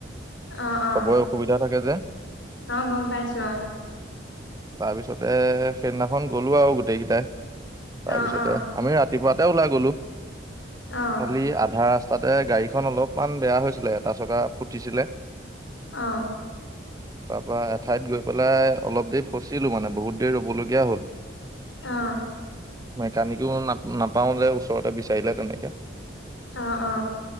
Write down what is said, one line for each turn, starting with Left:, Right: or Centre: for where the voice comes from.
Left: অ অ
Right: চবৰে অসুবিধা থাকে যে
Left: অ গম পাইছোঁ অ।
Right: তাৰ পিছতে সেইদিনাখন গ'লো আৰু গোটেই কেইটাই। তাৰপিছতে
Left: অ অ
Right: আমি ৰাতিপুৱাতে ওলাই গলো
Left: অ অ
Right: খালি আধা ৰা ৰাস্তাতে গাড়ীখন অলপমান বেয়া হৈছিলে এটা চকা ফুটিছিলে।
Left: অ
Right: তাৰ পৰা এঠাইত গৈ পেলাই অলপ দেৰি ফচিলো মানে বহুত দেৰি ৰ'ব লগীয়া হ'ল
Left: অ',
Right: মেকানিকো না নাপাও যে ওচৰতে বিচাৰিলে তেনেকে।
Left: অ অ